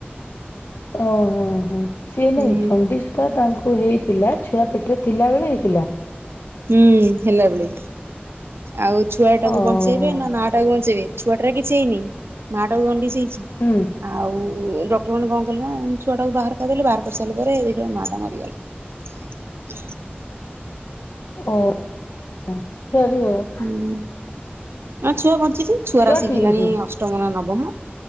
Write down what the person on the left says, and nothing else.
ଓହୋ ହୋ ସିଏ
ନାଇଁ ଚଣ୍ଡି ତ ତାଙ୍କୁ ହେଇଥିଲା ଛୁଆ ପେଟରେ ଥିଲା ବେଳେ ହେଇଥିଲା।
ଓହୋ
ହୁଁ।
<unintelligible>
ଛୁଆ
ଠିକ
ଅଛି